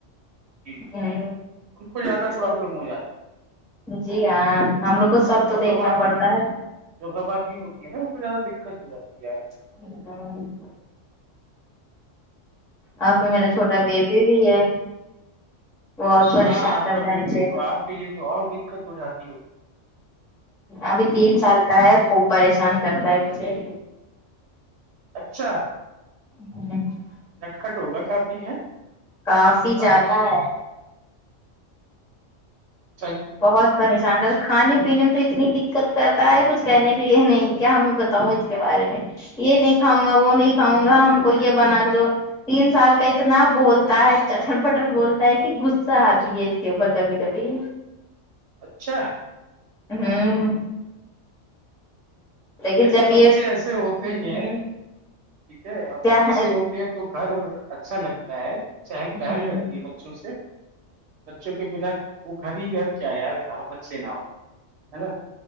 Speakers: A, on the right; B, in the centre.
A: جی ج
B: ہ
A: ان کو زیادہ
B: اس
A: پرابلم
B: کے بعد
A: ہو جاتی
B: جی ہاں ہم لوگ کو سب
A: جو
B: تو دیکھنا
A: خواتین
B: پڑتا ہے
A: جو خواتین ہوتی ہیں نا اس کو زیادہ دقت ہو جاتی ہےپ
B: <inaudible> اور پ میرا چھوٹا بیبی بھی ہے بت پریشان
A: ہاں آپ
B: کرتا
A: کا بیبی
B: ہے مجھے
A: تو آپ کے لیے تو اور دقت ہو جاتی ہے
B: ابھی تین سال کا ہے خوب پریشان کرتا ہے مجھے
A: اچھا
B: ہ
A: نٹ کٹ ہوگا کافی ہے
B: کافی
A: ا خاب
B: زیادہ
A: ہوگا
B: ہے
A: سی جی
B: بہت پریشان کر کھانے پینے میں تو اتنی دقت کرتا ہے کچھ کہنے کے لیے نہیں کیا ہمیں ب تا ہوں اس کے بارے میں یہ نہیں کاؤں گا وہ نہیں کھاؤں گا ہم کو یہ بنا دو تین سال کا اتنا بولتا ہے چٹر پٹر بولتا ہے کہ غصہ آتیے اس کے اوپر کبھی کبھی
A: اچھا
B: ہوں لیکن
A: چلیے
B: جب یہ
A: بچے ایسے ہوتے ہی ہیں
B: ہوں
A: ٹھیک ہے اور
B: کیا
A: بچے
B: ہے
A: ہو تو گھر اچھا لگتا ہے چہل پہل
B: ہوں
A: رہتی ہے بچوں سے بچوں کے بنا وہ گھر ہی گھر کیا یار جہاں بچے نہ ہ ہے نا